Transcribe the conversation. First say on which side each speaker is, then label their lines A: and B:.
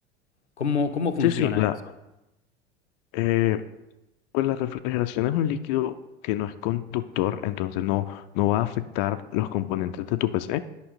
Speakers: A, on the left (about 80°); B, on the left (about 40°).
A: ¿Cómo, cómo funciona
B: Sí, sí, la,
A: eso?
B: eh, pues la refrigeración es un líquido que no es conductor, entonces no, no va a afectar los componentes de tu PC,